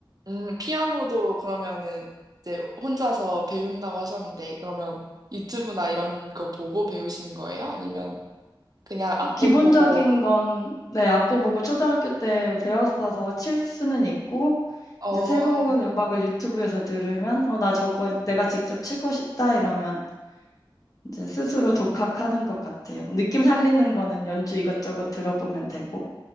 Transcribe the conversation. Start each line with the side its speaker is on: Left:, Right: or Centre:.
Right: 음, 피아노도 그러면은 이제 혼자서 배운다고 하셨는데, 그러면 유튜브나 이런 거 보고 배우시는 거예요? 아니면 그냥 악보
Left: 기본적인
Right: 보고,
Left: 건 네, 악보 보고 초등학교 때 배웠어서 칠 수는 있고
Right: 어,
Left: 이제 새로운 음악을 유튜브에서 들으면 어, 나 저거 내가 직접 치고 싶다 이러면 이제 스스로 독학하는
Right: 음,
Left: 것 같아요. 느낌 살리는 거는 연주 이것저것 들어보면 되고.